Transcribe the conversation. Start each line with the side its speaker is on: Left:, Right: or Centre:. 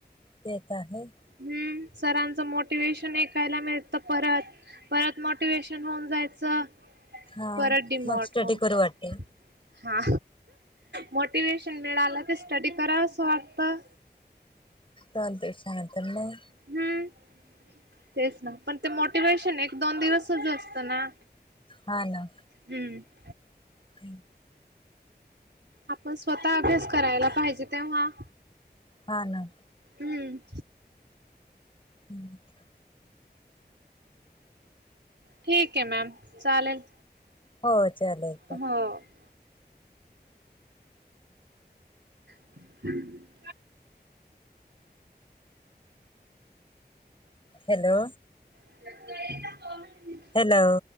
Left: ते त आहे.
Right: हम्म सरांचं मोटिवेशन ऐकायला मिळतं परत, परत मोटिवेशन होऊन जायचं, परत होऊन जायचं,
Left: हा
Right: परत डीम
Left: मग
Right: मोठ
Left: स्टडी
Right: होऊन
Left: करू
Right: जायच.
Left: वाटते
Right: हा मोटिवे्शन मिळालं ते स्टडी कराव असं वाटतं.
Left: चालतंय <inaudible>
Right: हम्म तेच ना, पण ते, मोटिवेशन एक, दोन दिवस ज असतं ना,
Left: हा ना,
Right: हम्म! !
Left: ह..
Right: आपण स्वतः अभ्यास करायला पाहिजे तेव्हा-
Left: हा ना,
Right: हम्म!
Left: हम्म!..
Right: ठीक हे आहे मॅम चालेल.
Left: हो चालेल.
Right: हो. हो. <unintelligible>
Left: हॅलो!
Right: <inaudible>
Left: हॅलो! !